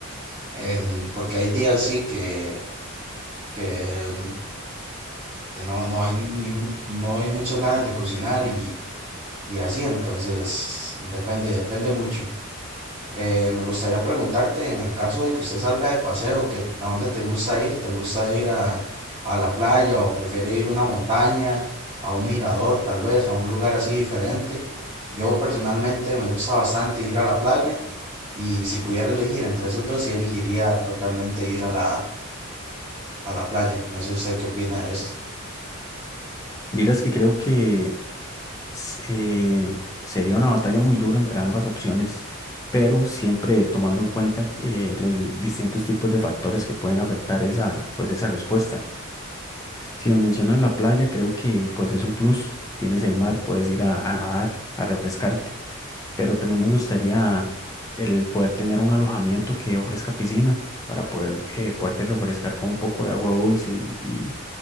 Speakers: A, on the right (about 25°); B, on the left (about 15°).
A: Em, porque hay días sí que, que em, que no, no hay ni un- no hay muchas ganas de cocinar y, y así, entonces depende, depende mucho. Eh, me gustaría preguntarte, en el caso de que usted salga de paseo, que, ¿a dónde te gusta ir? ¿Te gusta ir a, a la playa o prefiere ir a una montaña, a un mirador, tal vez, a un lugar así diferente? Yo personalmente me gusta bastante ir a la playa. Y si pudiera elegir entre esos dos, sí elegiría totalmente ir a la, a la playa. No sé usted qué opina de esto.
B: Vieras que creo que s- eh, sería una batalla muy dura entre ambas opciones, pero siempre tomando en cuenta eh, los di- distintos tipos de factores que pueden afectar esa, pues, esa respuesta. Si me mencionas la playa, creo que pues es un plus. Tienes el mar, puedes ir a, a nadar, a refrescarte. Pero también me gustaría el poder tener un alojamiento que ofrezca piscina para poder eh, poderte refrescar con un poco de agua dulce y, y,